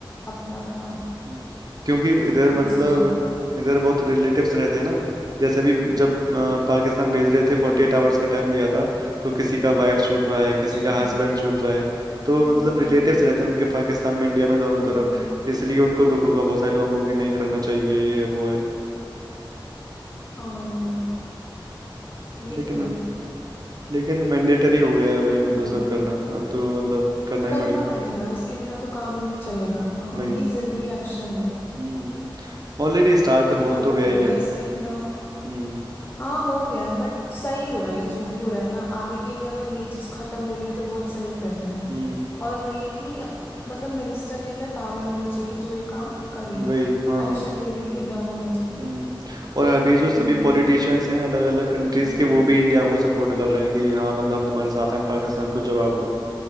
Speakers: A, on the left (about 25°); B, on the right (about 50°).
A: अपना अपना
B: हम्म। क्योंकि इधर
A: सबका
B: मतलब
A: डिसीजन है
B: इधर बहुत रिलेटिव्स रहते हैं ना जैसे अभी जब अ, पाकिस्तान भेज रहे
A: हम्म
B: थे फोर्टी एट आवर्स का टाइम दिया था तो किसी का वाइफ छूट रहा है किसी
A: अच्छा
B: का हस्बैंड छूट रहा है तो
A: हम्म
B: मतलब रिलेटिव्स रहते हैं उनके पाकिस्तान में इंडिया में दोनों
A: हम्म,
B: तरफ इसलिए उनको दुख होगा बहुत सारे लोगों को कि नहीं करना चाहिए
A: हम्म,
B: ये वो है
A: हाँ
B: हम्म।
A: ये
B: लेकिन
A: तो है
B: लेकिन मैंडेटरी हो गया है अभी ये मतलब
A: हम्म
B: सब करना अब तो मतलब करना ही
A: करना
B: पड़ेगा
A: पड़ेगा इसके बिना तो काम ही नहीं चलेगा हाँ
B: वही
A: ये जरूरी एक्शन है
B: हम्म ऑलरेडी स्टार्ट
A: ये
B: हो
A: करना
B: तो गया
A: पड़ेगा
B: ही है
A: इसके बिना
B: हम्म
A: हाँ हो गया है बट सही हो रहा है ये जो भी हो रहा है ना आगे के लिए अगर ये चीज खत्म हो रही है तो बहुत सही कर रहे हैं
B: हम्म
A: और वही है कि मतलब मिनिस्टर के अंदर पावर होनी चाहिए जो ये काम करे
B: वही हाँ
A: एक्शन लेने के लिए दम होना चाहिए
B: हम्म और अभी जो
A: हम्म
B: सभी पॉलिटिशियंस हैं अलग अलग कंट्रीज
A: हम्म
B: के
A: हम्म
B: वो भी इंडिया को सपोर्ट कर रहे हैं कि हाँ मतलब हम तुम्हारे साथ हैं
A: हम्म,
B: पाकिस्तान को जवाब दो